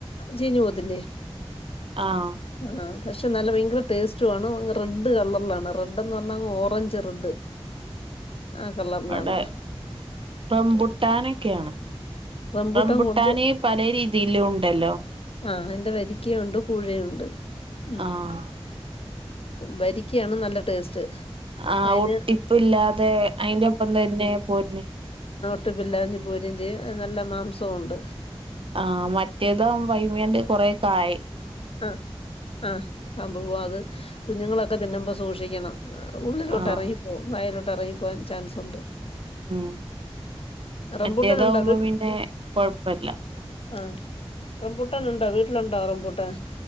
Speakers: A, on the left (about 65°); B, on the right (about 60°).
A: ജീഞ്ഞു പോത്തില്ലേ
B: ആഹ്
A: ആ പക്ഷെ നല്ല ഭയങ്കര ടേസ്റ്റു ആ അങ് റെഡ് കളറിലാണ് റെഡ് എന്ന് പറഞ്ഞാങ് ഓറഞ്ച് റെഡ് ആ കളറിലാണ്
B: ഇടെ റംബുട്ടാനൊക്കെയാണ്
A: റംബൂട്ടാൻ
B: റംബുട്ടാന്
A: കൊണ്ട്
B: പല രീതിയിലും ഉ എല്ലോ
A: ആഹ് എന്റെ വരിക്കയുണ്ട് കൂഴയുണ്ട് ഉമ്
B: ആഹ്
A: വരിക്കയാണ് നല്ല ടേസ്റ്റ്
B: ആഹ
A: അതിന്
B: ഒട്ടിപ്പ ഇല്ലാതെ അയിന്റെ ഒപ്പം തന്നെ പോന്നെ
A: മുട്ട്പ്പില്ലാഞ്ഞ പൂരയും ചെയ്യ നല്ല മാംസവും ഉണ്ട്
B: ആ മറ്റേതാ വൈ വേണ്ട് കുറേക്കായ്
A: ആ ആ അ അബപത് കുഞ്ഞുങ്ങളൊക്കെ തിന്നുപ സൂക്ഷച്ച ചെയ്യണം ഉള്ളിലോട്ട്
B: ആഹ്
A: ഇറങ്ങിപ്പോകും വയലോട്ട് ഇറങ്ങി പോവാൻ ചാൻസ് ഉണ്ട്
B: ഉം
A: റംബൂട്ടാൻ
B: മറ്റേതകുമ്പോ
A: ഉണ്ടോ
B: പിന്നെ കൊഴപ്പല്ല
A: ആഹ റംപുട്ടന ഉണ്ടോ വീട്ടിലുണ്ടോ റംപുട്ടൻ